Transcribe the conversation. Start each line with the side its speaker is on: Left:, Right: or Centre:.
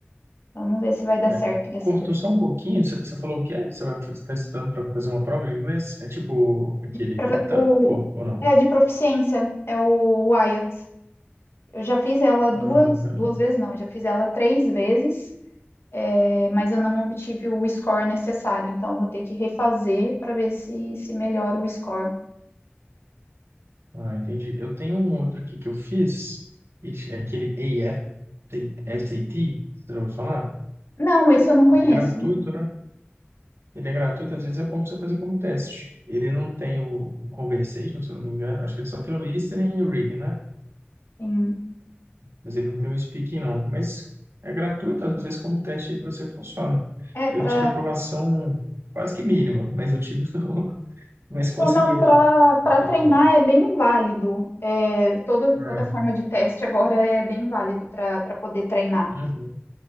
Left: Vamos ver se vai dar
Right: É.
Left: certo dessa
Right: Cortou
Left: vez.
Right: só um pouquinho, você, você falou o que é? Você está estudando para fazer uma prova de inglês? É tipo aquele
Left: Pra-
Right: TOEFL
Left: O,
Right: ou não?
Left: é de proficiência, é o IELTS. Eu já fiz ela duas,
Right: Ah, bacana.
Left: duas vezes, não, eu já fiz ela três vezes. é, mas eu não obtive o score necessário, então vou ter que refazer para ver se, se melhora o score.
Right: Ah, entendi. Eu tenho um outro aqui que eu fiz, e é aquele AF, SAT, você já ouviu falar?
Left: Não, esse eu não conheço.
Right: Ele é gratuito, né? Ele é gratuito, às vezes é bom pra você fazer como teste. Ele não tem o, o conversation, se eu não me engano. Acho que ele só tem o listening e o reading, né?
Left: Sim.
Right: Mas ele não tem o speaking, não. Mas é gratuito, às vezes como teste aí para você funciona.
Left: É, para
Right: Eu tive aprovação quase que mínima, mas eu tive, <laughs> mas consegui
Left: não, para
Right: lá. Entendeu?
Left: treinar é bem válido. É, todo,
Right: É.
Left: toda forma de teste agora é bem válido para para poder treinar.
Right: Uhum,